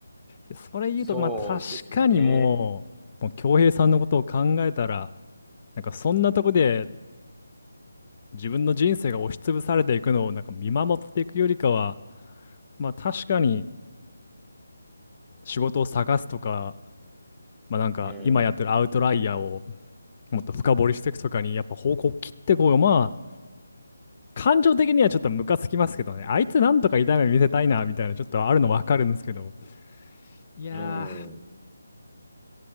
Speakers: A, on the left (about 40°); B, in the centre.
A: でそれ言うと、
B: そうですね。
A: まあ確かにもう、もう恭平さんのことを考えたら、なんかそんなとこで自分の人生が押しつぶされていくのをなんか見守っていくよりかは、まあ確かに仕事を探すとか、まあなんか今やってるアウトライヤーを
B: うん。
A: もっと深掘りしていくとかにやっぱ方向を切ってこうがまあ感情的にはちょっとムカつきますけどね。あいつなんとか痛み見せたいな、みたいな、ちょっとあるのわかるんですけど。いや
B: うん。